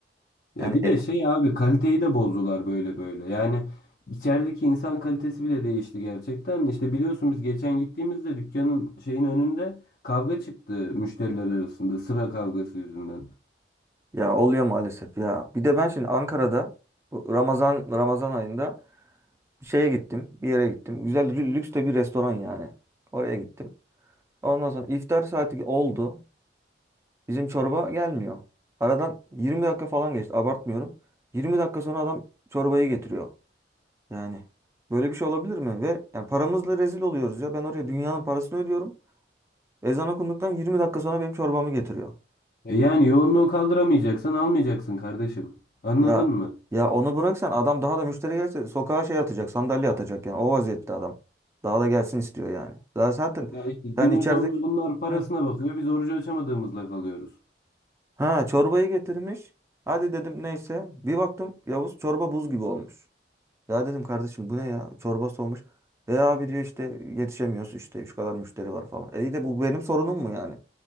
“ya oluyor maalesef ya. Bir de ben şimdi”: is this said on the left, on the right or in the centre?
Right